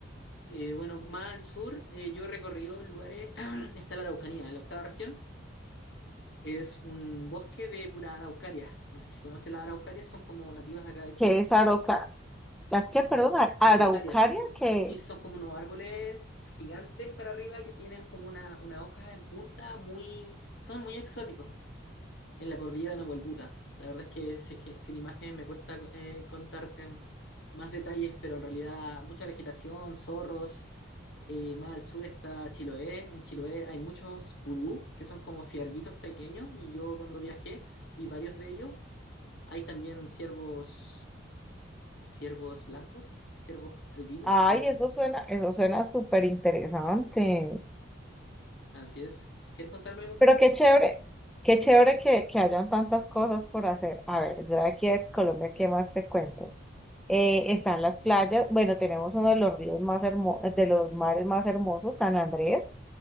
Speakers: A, on the left; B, in the centre.
A: Eh, bueno, más al sur, eh, yo he recorrido lugares, <clears throat> está la Araucanía, la octava región, es un bosque de pura araucaria. No sé si conoce las araucarias, son como nativas de acá de Chile.
B: ¿Qué es Arauca? ¿Las que, perdón, Ar- Araucaria?
A: Araucarias,
B: ¿Qué
A: sí,
B: es?
A: son como unos árboles gigantes para arriba que tienen como una, una hoja en punta, muy, son muy exóticos. en la cordillera de Nahuelbuta. La verdad es que, si es que sin imágenes me cuesta eh, contarte más detalles, pero en realidad mucha vegetación, zorros. Eh, más al sur está Chiloé. En Chiloé hay muchos pudú, que son como ciervitos pequeños, y yo cuando viajé vi varios de ellos. Hay también ciervos, ciervos blancos, ciervos albinos,
B: Ay,
A: en realidad.
B: eso suena, eso suena súper interesante.
A: Así es. ¿Quieres contarme algo tú?
B: Pero qué chévere, qué chévere que, que hayan tantas cosas por hacer. A ver, yo de aquí de Colombia, ¿qué más te cuento? eh, están las playas, bueno, tenemos uno de los ríos más hermosos, de los mares más hermosos, San Andrés,